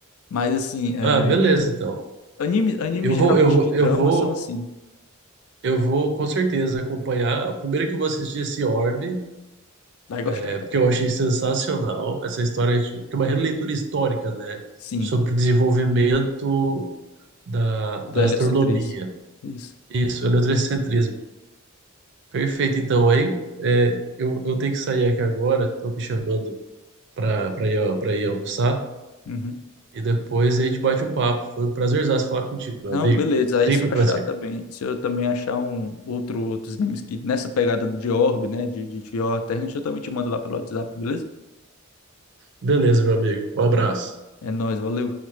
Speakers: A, on the left; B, on the right.
A: Mas assim, é,
B: Ah, beleza, então.
A: anime, anime
B: Eu
A: geralmente
B: vou, eu vou,
A: de
B: eu
A: drama
B: vou,
A: são assim.
B: eu vou com certeza acompanhar. O primeiro que eu vou assistir é esse Orbe,
A: Vai gostar,
B: é,
A: cara.
B: porque eu achei sensacional essa história, que é uma releitura histórica, né,
A: Sim,
B: sobre o desenvolvimento da,
A: do
B: da
A: heliocentrismo.
B: astronomia.
A: Isso.
B: Isso, heliocentrismo. Perfeito, então aí é, eu, eu tenho que sair aqui agora, estão me chamando para para ir, para ir almoçar
A: Uhum.
B: e depois a gente bate um papo. Foi um prazerzaço falar contigo, meu
A: Não,
B: amigo.
A: beleza.
B: Sempre
A: Aí se eu
B: um
A: achar
B: prazer.
A: também, se eu também achar um outro outros games que nessa pegada de Orb, né, de de, de Horror Terra, eu também te mando lá pelo WhatsApp, beleza?
B: Beleza, meu amigo. Um abraço.
A: É nóis, valeu.